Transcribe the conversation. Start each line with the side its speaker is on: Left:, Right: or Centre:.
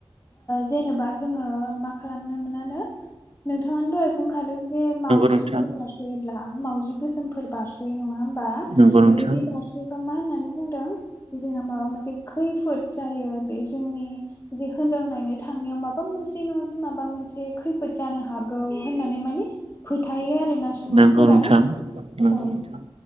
Left: जेनेबा जोङो मा खालामनो मोनानो नोंथाङानो दहाय बुंखादों जे मावजिफोर
Right: नोंथां
Left: बारस'योब्ला म मावजि गोसोमफोर बारस' नङा होमबा
Right: नंगौ नोंथां नंगौ नोंथां
Left: बेबायदि बार बेबा मा होननानै बुंदों जोंहा माबा मोनसे खैफोद जायो बे जोंनि जे हिनजाव नायनो थांनायाव माबा मोनसे नङाि माबा मोनसे खैफोद जानो हागौ होननानै माने फोथायो आरो सुबुंफोरा
Right: नंगौ नोंथां नंगौ नोंथां नंगौ
Left: औ
Right: नोंथां